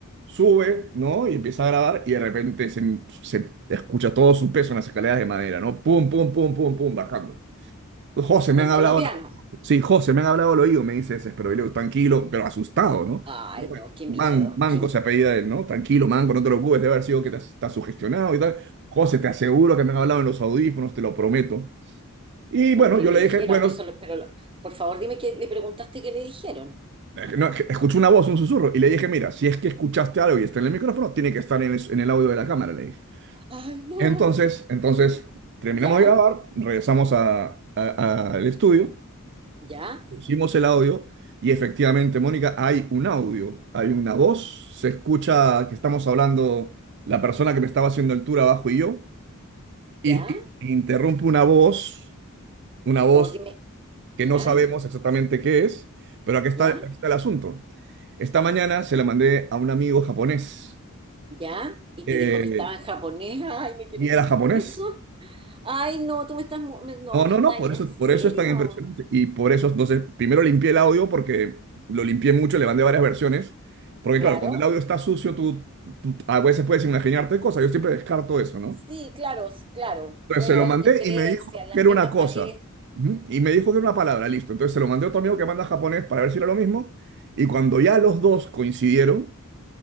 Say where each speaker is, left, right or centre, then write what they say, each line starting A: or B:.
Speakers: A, on the right; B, on the right.
A: Sube, ¿no? Y empieza a grabar y de repente se, se escucha todo su peso en las escaleras de madera, ¿no? Pum, pum, pum, pum, pum, bajando. José,
B: <clears throat> del
A: me han hablado,
B: colombiano.
A: sí, José, me han hablado al oído, me dice ese, pero yo, le digo, tranquilo, pero asustado, ¿no?
B: Ay, no, qué
A: Man,
B: miedo.
A: Manco
B: Qué...
A: se apellida él, ¿no? Tranquilo, Manco, no te preocupes, debe haber sido que te has- estás sugestionado y tal. José, te aseguro que me han hablado en los audífonos, te lo prometo. Y bueno,
B: Bueno, ¿qué
A: yo
B: le
A: le
B: dijeron?
A: dije, bueno,
B: Eso, lo- pero lo- por favor dime que le preguntaste qué le dijeron.
A: no, es que escuché una voz, un susurro, y le dije, mira, si es que escuchaste algo y está en el micrófono, tiene que estar en el, en el audio de la cámara, le dije.
B: Ay, no.
A: Entonces, entonces, terminamos
B: Ya,
A: de grabar, regresamos a- a- al estudio.
B: ya,
A: Pusimos el audio y efectivamente, Mónica, hay un audio, hay una voz, se escucha que estamos hablando la persona que me estaba haciendo el tour abajo y yo, y,
B: ya.
A: y- y interrumpe una voz, una
B: Por
A: voz
B: favor dime,
A: que
B: ya,
A: no sabemos exactamente qué es, pero aquí está,
B: ya,
A: aquí está el asunto. Esta mañana se la mandé a un amigo japonés
B: ya. Y
A: eh,
B: te dijo que estaba en japonés. Ay, me quiero
A: y era
B: morir.
A: japonés
B: ¿Eso? Ay, no, tú me estás, mu- me- no,
A: No,
B: me
A: no,
B: estás,
A: no, por
B: ¿en
A: eso,
B: serio?
A: por eso es tan impresionante. Y por eso, entonces, primero limpié el audio porque lo limpié mucho, le mandé varias versiones. Porque
B: Claro.
A: claro, cuando el audio está sucio, tú, tú a veces puedes imaginarte cosas. Yo siempre descarto eso, ¿no?
B: Sí, claro, s- claro.
A: Entonces
B: Pueden
A: se lo
B: haber
A: mandé
B: interferencias,
A: y me dijo
B: las
A: que era
B: mismas
A: una cosa.
B: paredes.
A: Ujú. Y me dijo que era una palabra, listo. Entonces se lo mandé a otro amigo que manda japonés para ver si era lo mismo. Y cuando ya los dos coincidieron,